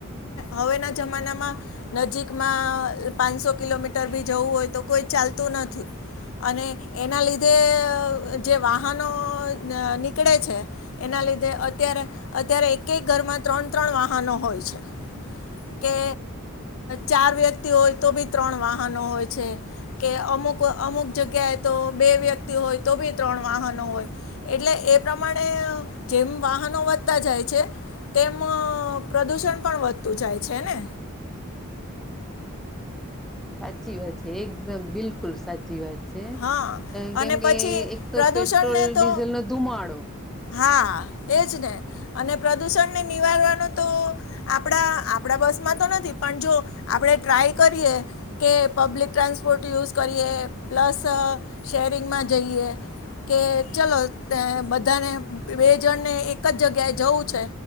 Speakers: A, on the left (about 70°); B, in the centre.
A: હવેના જમાનામાં નજીકમાં પાંચસો કિલોમીટર જવુ હોય તો કોઈ ચાલતું નથી અને એના લીધે જે નીકળે છે એના લીધે અત્યારે અત્યારે એક એક ઘરમાં ત્રણ ત્રણ પણ વાહનો હોય છે કે ચાર વ્યક્તિ હોય તો બી ત્રણ વાહનો હોય છે કે અમુક અમુક જગ્યાએ તો બે વ્યક્તિ હોય તો બી ત્રણ વાહન એટલે એ પ્રમાણે જેમ વાહનો વધતા જાય છે તેમ પ્રદુષણ પણ વધતું જાય છે ને
B: સાચી વાત છે એકદમ બિલકુલ સાચી વાત ણ
A: હા
B: હોયે
A: અને
B: કેમ કે
A: પછી
B: એક તો
A: પ્રદૂષણને
B: પેટ્રોલ
A: તો
B: ડીઝલ નો ધુમાડો
A: હા એ જ ને અને પ્રદુષણને નિવારવાનો તો આપણા આપણા બસ માં તો નથી પણ જો આપણે ટ્રાય કરીએ કે પબ્લિક ટ્રાન્સપોર્ટ યુઝ કરીએ પ્લસ શેરિંગમાં જઈએ કે ચલો બધાને બે જણ ને એક જ જગ્યાએ જવું છે